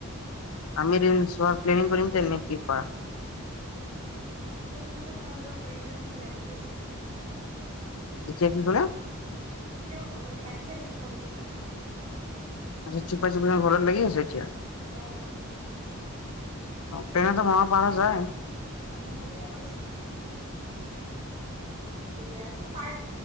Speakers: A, on the left; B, on the right.
A: আমি দুইও চোৱাৰ প্লানিং কৰিম তেনে কি কুৱা?
B: <unintelligible> চাব যাব পাৰিবা এতিয়া লাগি আছে।
A: এতিয়া কি ক'লে
B: এতিয়া হলত লাগি আছে <unintelligible>
A: আচ্ছা চুপা চুপি খন হলত লাগি আছে এতিয়া?
B: অ।
A: পীলেন এতা বনাব পাৰা যায়।
B: অ বহুতে কৈছেটো ট হয় মানে পাৰ্ত